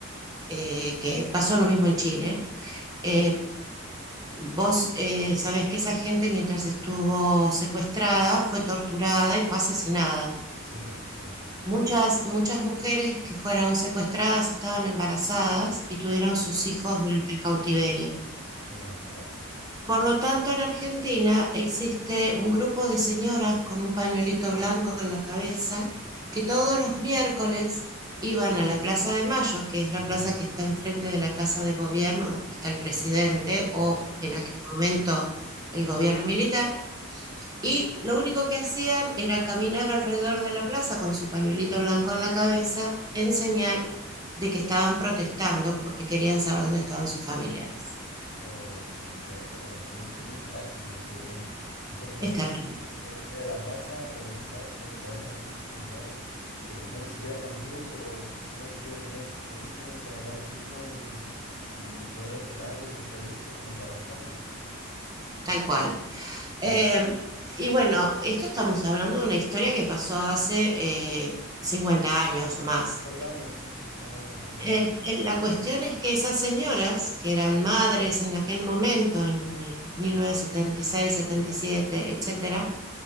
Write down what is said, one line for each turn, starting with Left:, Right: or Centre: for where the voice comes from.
Right: eh, que pasó lo mismo en Chile, eh,
Left: Sí,
Right: vos eh, sabés que esa gente mientras estuvo secuestrada fue torturada y fue asesinada.
Left: sí, sí, sí, sí.
Right: Muchas, muchas mujeres que fueron secuestradas estaban embarazadas y tuvieron
Left: Oh,
Right: sus hijos durante el cautiverio.
Left: qué lamentable.
Right: Por lo tanto, en Argentina existe un grupo de señoras con un pañuelito blanco en la cabeza que todos los miércoles iban a la Plaza de Mayo, que es la plaza que está enfrente de la Casa de Gobierno, donde está el presidente o
Left: sí
Right: en aquel momento el gobierno militar y lo único que hacían era caminar alrededor de la plaza con su pañuelito blanco en la cabeza en señal de que estaban protestando porque querían saber dónde estaban sus familiares.
Left: Oh, qué, qué atroz, es muy trágico. que, eh, encuentro, imagina
Right: Es terrible,
Left: ir, a ir a la plaza a protestar por saber dónde están tus familiares, que tal vez ni siquiera están vivos, pero uno quiere tener por último un funeral digno y, y poder enterrarlo y despedirse como corresponde.
Right: tal cual.
Left: Sí,
Right: Eh, y bueno, esto estamos hablando de una historia que pasó hace eh, 50 años o más.
Left: 50 años, sí, sí, más o menos en Chile,
Right: El-
Left: sí.
Right: el- la cuestión es que esas señoras, que eran madres en aquel momento, en, en 1976, 77, etcétera,